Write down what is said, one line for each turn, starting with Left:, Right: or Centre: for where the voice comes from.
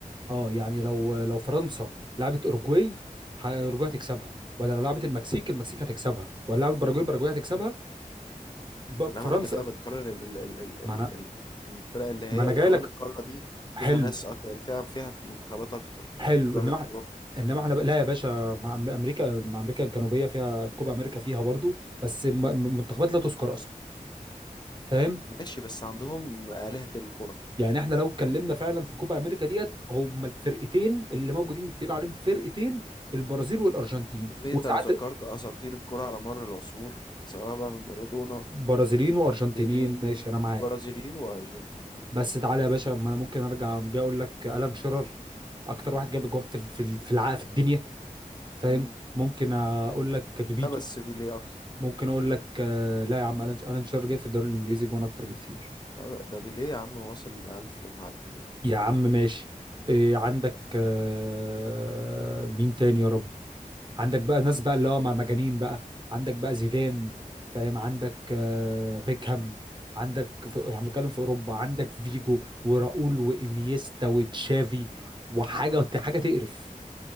Right: اه يعني لو لو فرنسا لعبت اوروجواي ه- اوروجواي هتكسبها ولا لو لعبت المكسيك المكسيك هتكسبها ولا لعبت باراجواي باراجواي هتكسبها ب-
Left: انما
Right: فرنسا
Left: انت كده بتكرر ال ال ال ال
Right: ما
Left: ال
Right: انا
Left: ال- الفرق اللي هي
Right: ما انا
Left: وكمان
Right: جاي لك
Left: القاره دي فيها
Right: حلو
Left: ناس اكتر يعني فيها فيها منتخبات اكتر
Right: حلو
Left: قاره
Right: انما إح-
Left: اوروبا
Right: انما احنا بقى- لا يا باشا مع أم- امريكا مع امريكا الجنوبيه فيها كوبا امريكا فيها برضو بس م- م- منتخبات لا تذكر اصلا فاهم
Left: ماشي بس عندهم آلهة الكرة
Right: يعني احنا لو اتكلمنا فعلا في كوبا امريكا ديت هما الفرقتين اللي موجودين تقول عليهم فرقتين البرازيل والارجنتين
Left: يا زميلي
Right: وساعات
Left: انت لو ذكرت اساطير الكرة على مر العصور سواء بقى من مارادونا
Right: برازيليين وارجنتينيين
Left: لبيليه
Right: ماشي انا معاك
Left: برازيليين وارجنتينيين
Right: بس تعالى يا باشا ما انا ممكن ارجع جاي اقول لك الان شيرر اكتر واحد جاب جوان في ال- في ال- في الع- في الدنيا فاهم
Left: امم
Right: ممكن اقول لك بيبيتو
Left: لا بس بيليه اكتر
Right: ممكن اقول لك آه، لا يا عم الان الان شيرر جاي في الدوري الانجليزي جوان اكتر بكتير
Left: لا، ده بيليه يا عم واصل 1000 ومعدي يعني
Right: يا عم ماشي إيه عندك آه، مين تاني يا ربي عندك بقى ناس بقى اللي هو مع مجانين بقى عندك بقى زيدان فاهم عندك آه، بيكهام عندك في... احنا بنتكلم في اوروبا عندك فيجو وراؤول وانيستا وتشافي وحاجه حاجه تقرف